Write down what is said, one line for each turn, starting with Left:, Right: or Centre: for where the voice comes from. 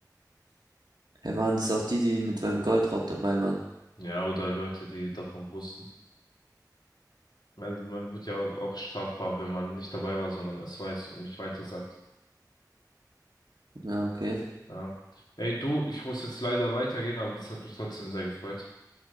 Right: Er waren das auch die, die mit beim Goldraub dabei waren.
Left: Ja, oder Leute, die davon wussten. Weil man wird ja auch strafbar, wenn man nicht dabei war, sondern es weiß und nicht weitersagt.
Right: Ja, okay.
Left: Ja. Ey, du, ich muss jetzt leider weitergehen, aber das hat mich trotzdem sehr gefreut.